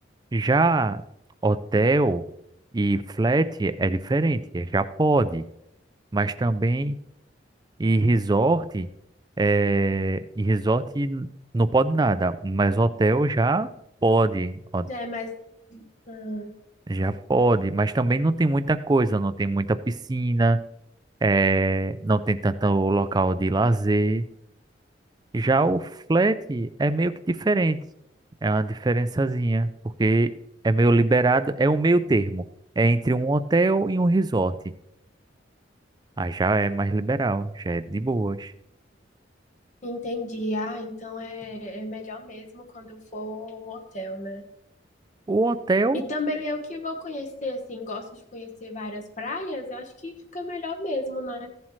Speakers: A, on the right; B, on the left.
A: Já hotel e flat é diferente, é, já pode, mas também e resort, é, e resort não pode nada, mas hotel já pode, ó,
B: Já é mais. hum,
A: já pode, mas também não tem muita coisa, não tem muita piscina, é, não tem tanto local de lazer. Já o flat é meio que diferente, é uma diferençazinha, porque é meio liberado, é o meio termo, é entre um hotel e um resort. Aí já é mais liberal, já é de boas.
B: entendi. Ah, então é, é melhor mesmo quando eu for a um hotel, né?
A: O hotel.
B: E também eu que vou conhecer, assim, gosto de conhecer várias praias, eu acho que fica melhor mesmo, né?